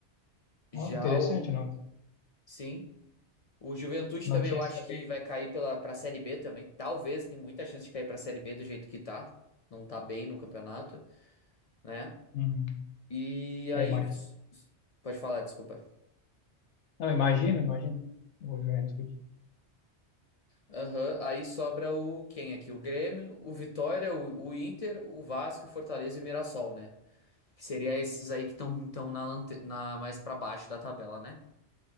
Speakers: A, on the left; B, on the left.
A: Já
B: ó, interessante,
A: o,
B: não,
A: sim, o Juventude
B: não
A: também
B: tinha
A: eu acho
B: essa ideia.
A: que vai cair pela para Série B também. Talvez, tem muita chance de cair pra Série B do jeito que tá. Não tá bem no campeonato, né?
B: Uhum.
A: E
B: É,
A: aí
B: imagina.
A: s- s- pode falar, desculpa.
B: Não, imagina, imagina. O Juventude.
A: Aham, Aí sobra o quem aqui? O Grêmio, o Vitória, o, o Inter, o Vasco, o Fortaleza e o Mirassol, né? Que seria esses aí que estão na, lante- na mais pra baixo da tabela, né?